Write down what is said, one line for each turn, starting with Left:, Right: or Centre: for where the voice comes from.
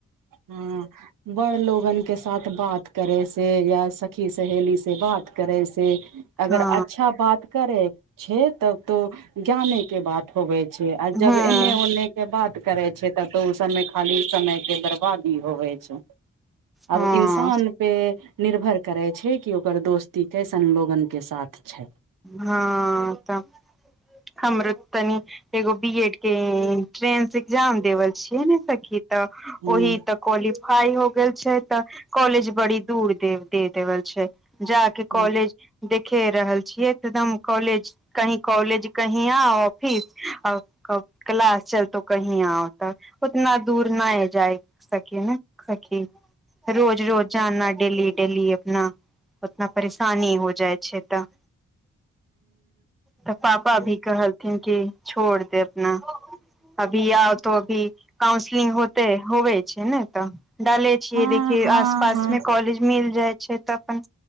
Right: हाॅं। बड़ लोगन के साथ बात करे से, या सखी सहेली से बात करे से। अगर
Centre: हँ
Right: अच्छा बात करे छैय तब तो ज्ञाने के बात। होवे छै आ
Centre: हँ
Right: जब एने ओने के बात करे छैय तब तऽ ओ समय खाली समय के बरबा। आदि होवै छैय, आब
Centre: हँ
Right: इन्सान। पे निर्भर करै छैय कि ओकर दोस्ती कैसन लोगन के साथ छै।
Centre: हाॅं त हमरो तनी। एगो बी एड के इंट्रेंस एग्जाम देवेल छियै ने सखी त
Right: हूँ
Centre: ओहि त। क्वलीफाई हो गेल छैय त, कॉलेज बड़ी दूर दे देवल छैय। जा के
Right: हूँ
Centre: कॉलेज देखे रहल छियै एकदम कॉलेज। कही कॉलेज कही आ ऑफिस अब। कब क्लास चलतो कही आकर त उतना दूर नैय जाय। सखी नेक सखी। रोज रोज जाना डेली डेली अपना, उतना परेशानी हो जाय छैय त। तऽ पापा भी कहलथिन कि छोड़ दे अपना। अभी आउ तो भी काउंसलिंग होते होवे छैय ने तऽ डाले। छिय
Right: हँ
Centre: देखिय
Right: हँ
Centre: आसपास
Right: हँ
Centre: मे कॉलेज मिल जाय छैय तऽ अपन